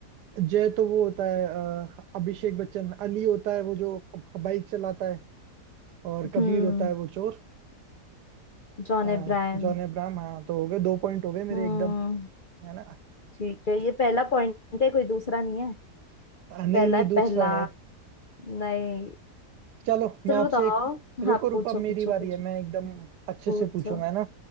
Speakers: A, on the right; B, on the left.
A: जय तो वो होता है अ, अभिषेक बच्चन अली होता है वो जो बाइक चलाता है और कबीर
B: हम्म
A: होता है वो चोर
B: जॉन
A: अ,
B: अब्राहम
A: जॉन अब्राहम हाँ तो हो गए दो पॉइंट हो गए मेरे
B: हम्म
A: एकदम है ना
B: ठीक है ये पहला पॉइंट है कोई दूसरा नहीं है
A: नहीं
B: पहला
A: नहीं
B: है
A: दूसरा
B: पहला
A: है
B: नहीं
A: चलो मैं
B: चलो
A: आपसे
B: बताओ
A: एक रुको
B: हाँ
A: रुको
B: पूछो
A: अब मेरी
B: पूछो
A: बारी
B: पूछो
A: है मैं एकदम अच्छे
B: पूछो
A: से पूछूंगा है ना